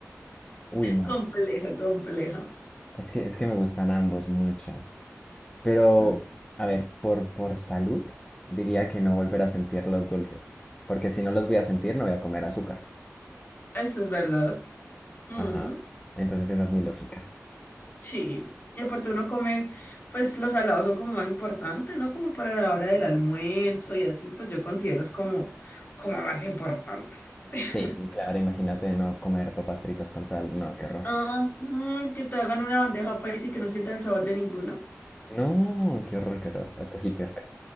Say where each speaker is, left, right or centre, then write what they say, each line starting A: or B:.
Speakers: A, on the left; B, on the left.
A: uy, no
B: compleja,
A: sé.
B: compleja.
A: Es que, es que me gustan ambos mucho. Pero,
B: Mm,
A: a ver, por, por salud, diría que no volver a sentir los dulces. Porque si no los voy a sentir, no voy a comer azúcar.
B: Eso es verdad. Mm,
A: Ajá. Entonces esa es mi lógica.
B: sí. Y aparte uno come, pues los salados son como más importantes, ¿no? Como para la hora del almuerzo y así, pues yo considero es como, como más importantes. <laughs>
A: Sí, y claro, imagínate no comer papas fritas con sal. No, qué horror.
B: Ajá, que te hagan una bandeja paisa y que no sientas el sabor de ninguno.
A: No, qué horror, qué horror. Escogí peor.